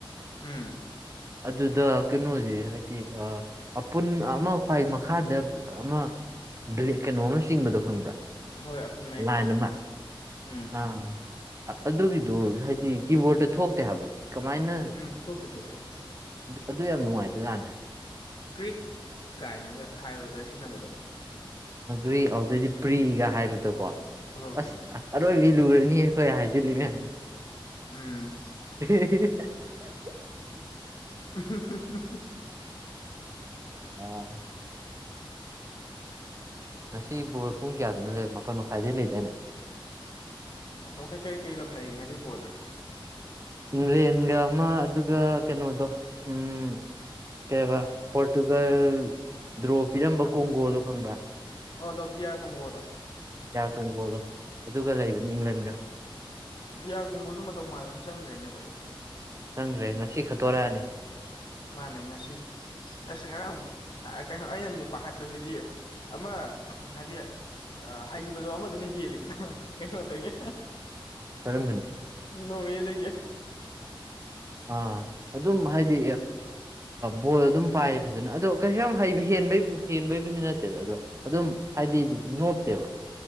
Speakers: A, on the left (about 60°); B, on the right (about 35°).
A: ꯎꯝ
B: ꯑꯗꯨꯗ ꯀꯩꯅꯣꯁꯦ ꯍꯥꯏꯗꯤ ꯑꯄꯨꯟ ꯑꯃ ꯈ꯭ꯋꯥꯏ ꯃꯈꯥꯗ ꯑꯃ ꯕ꯭ꯂꯦꯛ ꯀꯩꯅꯣ ꯑꯃ ꯆꯤꯡꯕꯗꯣ ꯈꯪꯕ꯭ꯔꯥ
A: ꯍꯣꯏ ꯑꯄꯨꯟ ꯃꯌꯦꯛꯇꯣ
B: ꯂꯥꯏꯟ ꯑꯃ
A: ꯎꯝ
B: ꯑ ꯑꯗꯨꯒꯤꯗꯨ ꯍꯥꯏꯗꯤ ꯀꯤꯕꯣꯔꯠꯇ ꯊꯣꯛꯇꯦ ꯍꯥꯏꯕ ꯀꯃꯥꯏꯅ
A: ꯎꯝ ꯊꯣꯛꯇꯦ ꯊꯣꯛꯇꯦ
B: ꯑꯗꯨ ꯌꯥꯝ ꯅꯨꯡꯉꯥꯏꯇꯖꯥꯅꯦ
A: ꯀ꯭ꯔꯤꯛ ꯀꯥꯏꯅꯒ ꯍꯥꯏꯕꯗ ꯁꯤꯖꯤꯟꯅꯕꯗꯣ
B: ꯔꯤ ꯑꯗꯨꯗꯗꯤ ꯄ꯭ꯔꯤꯒ ꯍꯥꯏꯕꯗꯣꯀꯣ
A: ꯍꯣꯏ ꯍꯣꯏ
B: ꯑꯁ
A: ꯍꯣꯏ
B: ꯑꯔꯣꯏꯕꯤ ꯂꯨꯔꯅꯤꯍꯦ ꯈꯣꯏꯅ ꯍꯥꯏꯖꯂꯩꯖꯦ
A: ꯎꯝ
B: ꯏꯍ
A: ꯎꯍꯝ ꯍꯝ
B: ꯑ ꯉꯁꯤ ꯕꯣꯏ ꯄꯨꯡ ꯀꯌꯥꯗꯨꯅꯣ ꯂꯩ ꯃꯥꯄꯜ ꯃꯈꯥꯏꯗꯩ ꯂꯩꯗ ꯏꯅꯦ
A: ꯃꯇꯝ ꯀꯩ ꯀꯩ ꯀꯩ ꯂꯝ ꯂꯩꯌꯦꯦ ꯉꯁꯤ ꯕꯣꯜꯅ
B: ꯏꯪꯂꯦꯟꯒ ꯑꯃ ꯑꯗꯨꯒ ꯎꯟ ꯀꯩꯅꯣꯗꯣ ꯎꯟ ꯀꯩꯕ ꯄꯣꯔꯇꯨꯒꯜ ꯗ꯭ꯔꯣ ꯄꯤꯔꯝꯕ ꯀꯣꯡꯒꯣꯗ ꯀꯨꯪꯕꯔꯥ
A: ꯑꯣ ꯗꯗꯤ ꯌꯥ ꯀꯣꯣꯡ ꯀꯗꯣ
B: ꯀꯣꯪꯀꯣꯗꯣ ꯑꯗꯨꯒ ꯂꯩꯕꯅꯦ ꯑꯦꯡꯂꯥꯟꯗ ꯀꯥ
A: ꯗꯤꯌꯥꯒꯨꯝꯒꯁꯨ ꯃꯇꯧ ꯃꯥꯟꯅ ꯑꯗꯨꯝ ꯆꯪꯈ꯭ꯔꯦꯅꯦꯅꯥꯀꯣ
B: ꯆꯪꯈ꯭ꯔꯦ ꯉꯁꯤ ꯈꯠꯇꯣꯔꯛꯑꯅ
A: ꯃꯥꯅꯦ ꯉꯁꯤ ꯑꯁ ꯉꯔꯥꯡ ꯀꯩꯍꯥꯏꯕ ꯑꯩꯅꯥ ꯃꯤꯠꯄꯈꯠꯞꯁꯤꯗꯤ ꯑꯃꯥ ꯍꯨꯗꯦ ꯑ ꯍꯩꯕꯗꯣ ꯑꯃꯗꯨꯅ ꯍꯦꯜꯂꯤꯗꯅ ꯀꯩꯅꯣꯗꯒꯤ
B: ꯀꯔꯝꯕꯅꯣ
A: ꯅꯣꯔꯦꯗꯒꯤ
B: ꯑꯥ ꯑꯗꯨꯝ ꯍꯥꯏꯗꯤ ꯕꯣꯜ ꯑꯗꯨꯝ ꯄꯥꯏꯌꯦ ꯐꯖꯅ ꯑꯗꯣ ꯀꯩꯁꯨ ꯌꯥꯝ ꯍꯩꯕ ꯍꯦꯟꯕꯩꯕꯨ ꯍꯦꯟꯕꯩꯕꯨꯗꯤ ꯅꯠꯇꯦꯗ ꯑꯗꯣ ꯑꯗꯨꯝ ꯍꯥꯏꯗꯤ ꯅꯣꯞꯇꯦꯕ